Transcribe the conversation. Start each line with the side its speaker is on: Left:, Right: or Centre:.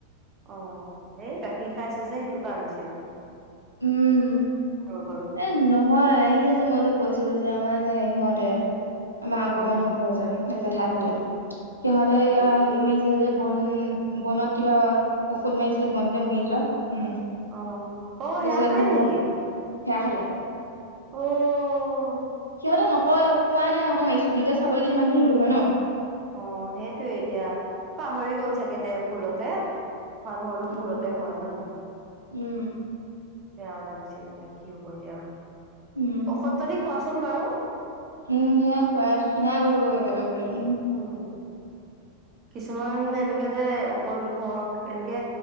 Right: অ' এই গাখীৰ খাইছে যে সেইটো কাৰণে চাগে
Left: উম
Right: অ'
Left: এ নহয় ই আছে মই যে কৈছিলো যে আমাৰ সিহঁতে আমাৰ আগৰ
Right: উম
Left: মানুহ ঘৰ যে জেঠাই
Right: উম
Left: হতে সিহঁতে ইয়া
Right: উম
Left: হেৰি মাৰিছে যে বন বনত কিবা ঔষধ মাৰিছিল বন যে মৰি যোৱা উম
Right: অ অ
Left: তাৰপিছত
Right: সেয়া খালে
Left: সেয়া
Right: নেকি
Left: হে হালে
Right: অ'
Left: ক নকই কোৱা নাই আকৌ মাৰিছো বুলি তেতিয়া ছাগলীজন বান্ধি থলো হয় ন?
Right: অ' সেইটোয়ে এতিয়া পাহৰি গ'ল। চাগে দে ভুলতে মানুহৰ দ
Left: উম
Right: ভোলতে হয় হয় নহয়।
Left: উম
Right: বেয়াও লাগিছে এইতিয়া কি হ'ব। এতিয়া
Left: উম
Right: ঔষধৰ খোৱা। চোন বাৰু
Left: উম সেয়া খুৱাই আছো খিনাই গ'লো গৈ একেবাৰে। উ
Right: উম কিছুমান এনেকে যে ঔষধ ঘক এনেকে